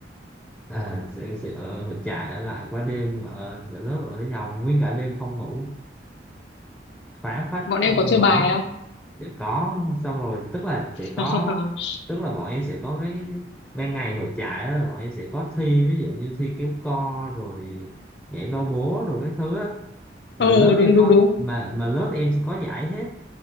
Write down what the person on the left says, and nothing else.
bọn em
có chơi bài
không
<laughs>
ờ
đúng
đúng
đúng